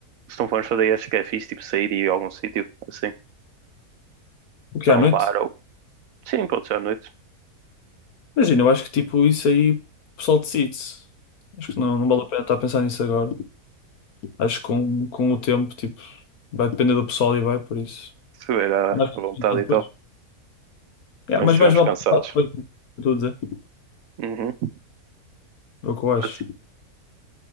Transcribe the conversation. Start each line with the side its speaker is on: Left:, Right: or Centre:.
Right: se não formos fazer, acho que é fixe, tipo, sair e ir a algum sítio, assim,
Left: O que
Right: para
Left: é à noite?
Right: um bar ou. Sim, pode ser à noite,
Left: Imagina, eu acho que tipo isso aí o pessoal decide. Acho que não, não vale a pena estar a pensar nisso agora. Acho que com, com o tempo, tipo, vai depender do pessoal e vai por isso.
Right: se tiver à,
Left: Mas
Right: à vontade
Left: depois.
Right: e tal.
Left: É,
Right: Então,
Left: mas
Right: se estivermos
Left: mais vale
Right: cansados.
Left: pensar depois do que eu estou a dizer.
Right: Uhum.
Left: É o que eu acho.
Right: Mas,